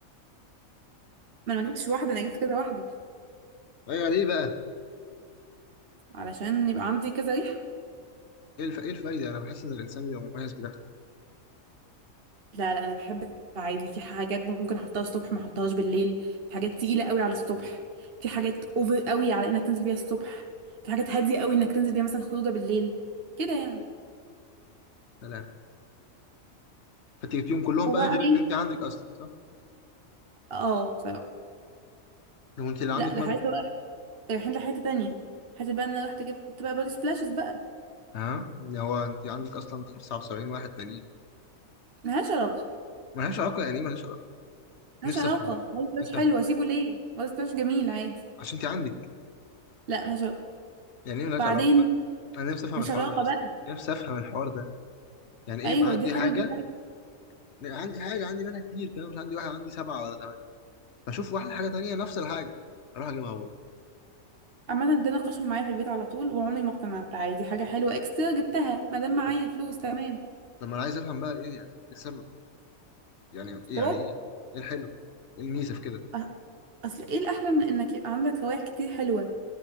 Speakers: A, on the right (about 45°); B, on the left (about 55°).
A: ما انا ما جبتش واحدة انا جبت كذا واحدة
B: ايوه ليه بقى؟
A: علشان يبقى عندي كذا ريحة
B: ايه الف... ايه الفايدة؟ انا بحس ان الانسان بيبقى مميز بريحته
A: لا لا انا بحب عادي في حاجات ممكن احطها الصبح ما احطهاش بالليل في حاجات تقيله قوي على الصبح في حاجات اوفر قوي على انك تنزل بيها الصبح في حاجات هاديه قوي انك تنزل بيها مثلا خروجه بالليل كده يعني
B: سلام فانت جبتيهم كلهم
A: وبعدين
B: بقى غير ان انت عندك اصلا صح؟
A: اه بصراحه
B: لو انت اللي عندك
A: لا ده
B: مالهم
A: حاجه بقى رايحين لحته تانية حته بقى ان انا رحت جبت بقى بودي سبلاشز بقى
B: ها اللي هو انت عندك اصلا 75 واحد تانيين
A: ملهاش علاقه
B: ملهاش علاقه يعني ايه ملهاش علاقه
A: ملهاش
B: نفسي
A: علاقه
B: افهم بقى
A: بودي سبلاش
B: نفسي
A: حلو
B: افهم
A: اسيبه ليه بودي سبلاش جميل عادي
B: عشان انت عندك
A: لا ملهاش علاقه
B: يعني ايه ملهاش
A: بعدين
B: علاقه انا نفسي افهم
A: ملهاش
B: الحوار
A: علاقه
B: ده اصلا
A: بقى
B: نفسي افهم الحوار ده يعني ايه
A: ايوه
B: يبقى عندي
A: دي حاجه
B: حاجه
A: ودي حاجه
B: عندي حاجه عندي منها كتير كمان مش عندي واحد عندي سبعه ولا ثمانيه فاشوف واحده حاجه تانيه نفس الحاجه اروح اجيبها برضه
A: عامة ده ناقشهم معايا في البيت على طول وعمري ما اقتنعت عادي حاجة حلوة اكسترا جبتها ما دام معايا
B: طب
A: فلوس تمام
B: طب ما انا عايز افهم بقى ايه يعني ايه السبب يعني
A: السبب
B: ايه يعني ايه ايه الحلو ايه الميزه في كده
A: أ- اصل ايه الاحلى من انك يبقى عندك روايح كتير حلوة